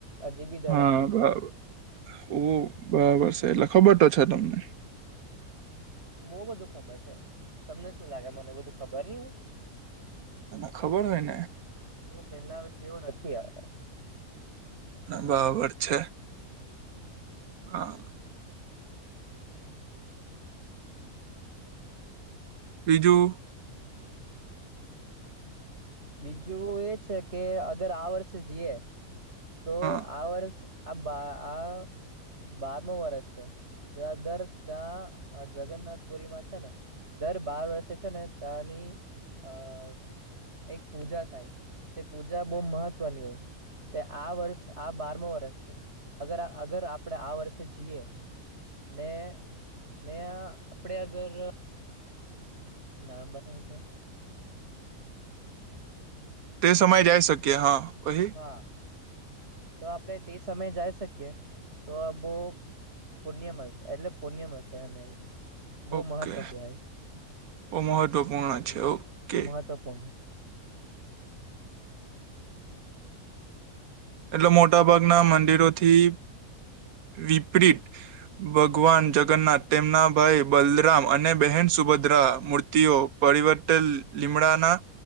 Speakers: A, on the right (about 45°); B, on the right (about 70°).
A: હજી બી ધડકતું
B: હા
A: છે.
B: બરાબર ઓ બરાબર છે એટલે ખબર તો છે તમને
A: બો બધું ખબર છે તમને શું લાગે મને બધું ખબર નહી હોય
B: એને ખબર હોય ને
A: હું પેલા જેવો નથી અવે.
B: બરાબર છે હા. બીજું
A: બીજું એ છે કે અગર આ વર્ષે જઈએ તો
B: હા
A: આ વર્ષ આ બા આ બારમો વર્ષ છે દર દર ત્યાં જગન્નાથ પુરીમાં છે ને દર બાર વર્ષે છે ને ત્યાની આ એક પૂજા થાય. તે પૂજા બહુ મહત્વની હોય. તે આ વર્ષ આ બારમો વર્ષ છે અગર અગર આપણે આ વર્ષે જઈએ. ને ને આપણે અગર નવમ્બરને હું કે વાય
B: તે સમય જઈ શકીએ હા પહી
A: હા તો આપડે તે સમય જઈ શકીએ તો બો પુણ્યમલ છે એટલે પુણ્ય મલસે એમ એવું બહુ
B: ઓકે
A: મહત્વ કેવાય
B: બહુ મહત્વપૂર્ણ છે ઓકે
A: મહત્વપૂર્ણ છે.
B: એટલે મોટા ભાગના મંદિરોથી વિપરીત ભગવાન જગન્નાથ તેમના ભાઈ બલરામ અને બહેન સુભદ્રા મૂર્તિઓ પરિવર્તન લીમડાના